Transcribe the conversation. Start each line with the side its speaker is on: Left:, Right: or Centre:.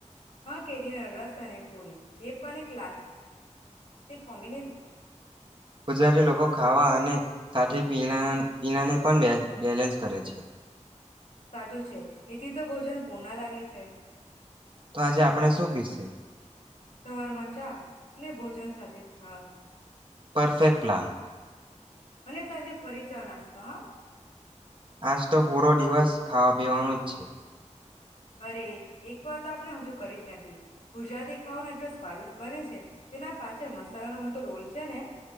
Left: હા કેરીનો રસ અને પૂરી એ પણ એક ક્લાસિક કોમ્બિનેશન
Right: ગુજરાતી લોકો ખાવા અને સાથે પીણા પીણાને પણ બેલેન્સ કરે છે.
Left: સાચું છે એથી તો ભોજન પૂણા લાગે છે.
Right: તો આજે આપણે શું પીશે?
Left: સવરમાં ચા અને ભોજન સાથે છાસ.
Right: Perfect plan.
Left: અને સાંજે ફરી ચા-નાસ્તા હ.
Right: આજ તો પૂરો દિવસ ખાવા પીવાનું જ છે.
Left: અરે એક વાત તો આપણે હજુ કરી જ નથી ગુજરાતી ખાવાનો એટલો સ્વાદિષ્ટ બને છે તેના પાછળ મસાલાનો મોટો રોલ છે ને.